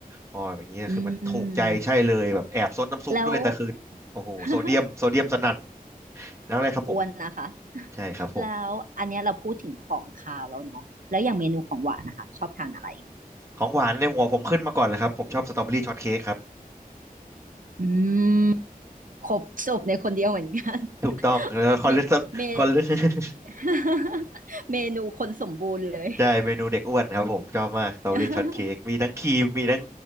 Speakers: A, on the right (about 20°); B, on the right (about 60°).
A: อ๋ออย่างเงี้ยคือมันถูกใจใช่เลยแบบแอบซดน้ำซุปด้วยแต่คือโอ้โหโซเดียมโซเดียมสนั่น
B: อืมแล้ว <laughs>
A: นั่นเลยครับผม
B: อ้วนนะคะ <laughs>
A: ใช่ครับผม
B: แล้วอันเนี้ยเราพูดถึงของคาวแล้วเนาะแล้วอย่างเมนูของหวานนะคะชอบทานอะไร
A: ของหวานในหัวผมขึ้นมาก่อนเลยครับผมชอบสตรอเบอรี่ช็อตเค้กครับ
B: อืมครบจบในคนเดียวเหมือนกัน
A: ถูกต้องแล้วคอเลสเตอรคอเลส
B: <laughs> เมเม <laughs> เมนูคนสมบูรณ์เลย
A: <laughs> ใช่เมนูเด็กอ้วนครับผมชอบมากสตรอเบอรี่ช็อตเค้กมีทั้งครีมมีทั้ง
B: <laughs>